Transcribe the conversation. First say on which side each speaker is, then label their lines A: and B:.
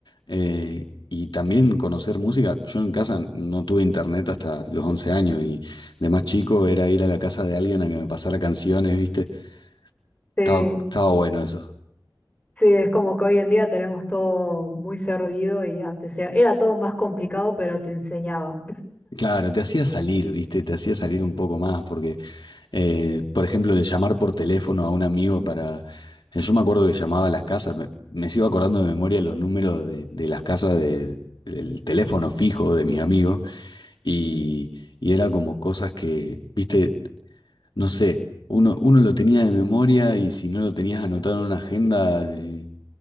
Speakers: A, on the left (about 65°); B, on the left (about 15°).
A: eh, y también conocer música. Yo en casa no tuve internet hasta los 11 años y de más chico era ir a la casa de alguien a que me pasara canciones, viste.
B: sí.
A: Estaba, estaba bueno eso.
B: Sí, es como que hoy en día tenemos todo muy servido y antes era, era todo más complicado, pero te enseñaba.
A: Claro, te hacía salir, viste, te hacía salir un poco más, porque Eh, por ejemplo, el llamar por teléfono a un amigo para... eh, Yo me acuerdo que llamaba a las casas, me, me sigo acordando de memoria los números de, de las casas de, del teléfono fijo de mis amigos y, y era como cosas que, viste, no sé, uno, uno lo tenía de memoria y si no lo tenías anotado en una agenda, eh,